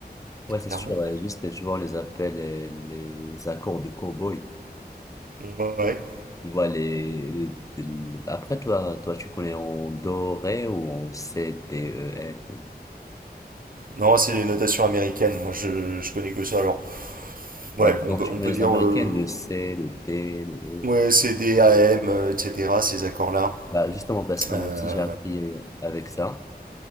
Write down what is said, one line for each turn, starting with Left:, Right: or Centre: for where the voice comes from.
Left: Ouais, c'est
Right: clairement.
Left: sûr, euh, juste, tu vois, on les appelle euh, les accords de cow-boy.
Right: Ouais.
Left: Tu vois, les, le- le- après, toi, toi, tu connais en do, ré ou en C, D, E, F. ou-
Right: Non, c'est les notations américaines, moi je, je connais que ça. Alors, ouais,
Left: Bah, donc,
Right: on peut,
Left: tu
Right: on
Left: connais
Right: peut
Left: les
Right: dire,
Left: Américaines,
Right: euh,
Left: le C, le D, le E.
Right: ouais, CD, AM, euh, etc., ces accords-là.
Left: Bah, justement, parce que
Right: Euh,
Left: moi aussi, j'ai appris euh, avec ça.